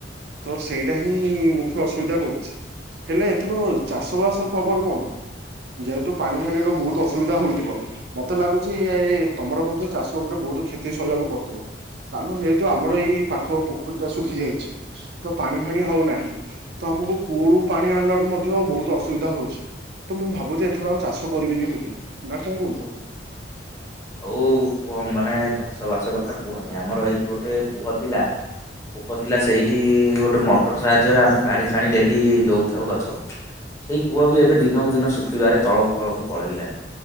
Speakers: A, on the right; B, on the left.
A: ତ ସେଇଟା ହିଁ ମୁଖ୍ୟ ଅସୁବିଧା କରୁଚି। ହେଲେ ଏଥର ଚାଷବାସ ଖବର କଣ? ଯେହେତୁ ପାଣି ଫାଣିର ବହୁତ୍ ଅସୁବିଧା ହୋଇଥିବ? ମତେ ଲାଗୁଚି ଏ ତମର ମଧ୍ୟ ଚାଷ ଉପରେ ବହୁତ କ୍ଷତି ସହିବାକୁ ପଡ଼ିଥିବ କାରଣ ଯେହେତୁ ଆମର ଏଇ ପାଖ ପୋଖରିଟା ଶୁଖି ଯାଇଛି। ତ ପାଣି ଫାଣି ହଉନାହିଁ ତଆମକୁ କୂଅରୁୁ ପାଣି ଆଣିଲାରୁୁ ମଧ୍ୟ ବହୁତ୍ ଅସୁବିଧା ହଉଚି। ତ ମୁଁ ଭାବୁଚି ଏଥର ଆଉ ଚାଷ କରିବିନି ବୋଲି ନା କଁ କହୁଚ?
B: ଆଉ କୁହ ମାନେ ଚାଷ ବାସ କଥା କୁହନି ଆମର ଏଇଠି ଗୋଟେ କୂଅ ଥିଲା କୂପ ଥିଲା ସେଇଠି ଗୋଟେ ମଟର ସାହାଯ୍ୟ ଆମେ ପାଣି ଫାଣି ଡେଲି ଦଉଥାଉ ଗଛକୁ। ସେଇ କୂଅବି ଏବେ ଦିନକୁ ଦିନ ଶୁଖିବାରେ ତଳକୁ ତଳକୁ ପଳେଇଲାଣି।